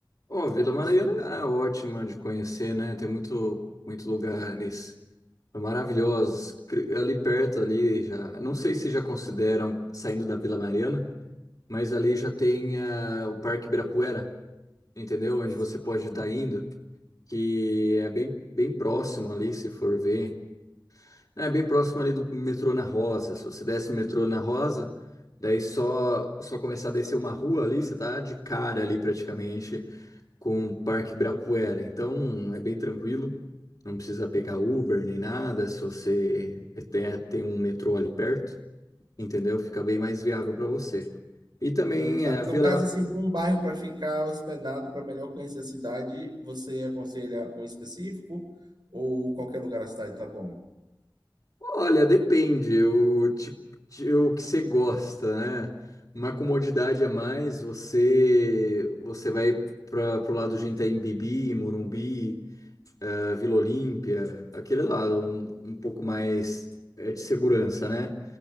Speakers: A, on the left (about 45°); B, on the right (about 65°).
A: Ó, Vila
B: de
A: Mariana
B: se conhecer?
A: é ótima de conhecer, né? Tem muito, muito lugares maravilhosos. Cri- Ali perto, ali já. Não sei se já consideram saindo da Vila Mariana, mas ali já tem ah, o Parque Ibirapuera, entendeu? Onde
B: Sim.
A: você pode estar indo, que é bem, bem próximo ali, se for ver. É bem próximo ali do metrô na Rosa. Se você desce no metrô na Rosa, daí só, só começar a descer uma rua ali, você tá de cara ali praticamente com o Parque Ibirapuera. Então é bem tranquilo, não precisa pegar Uber nem nada. Se você tem, tem um metrô ali perto, entendeu? Fica bem mais viável para você. E também
B: Hum, ah,
A: é,
B: no
A: a Vila.
B: caso, assim, para um bairro para ficar hospedado, para melhor conhecer a cidade, você aconselha um específico ou qualquer lugar da cidade tá bom?
A: Olha, depende o tipo, de- o que você gosta, né? Uma comodidade a mais, você você vai para pro lado de Itaim Bibi, Morumbi. a Vila Olímpia, aquele lado, um, um pouco mais é, de segurança, né?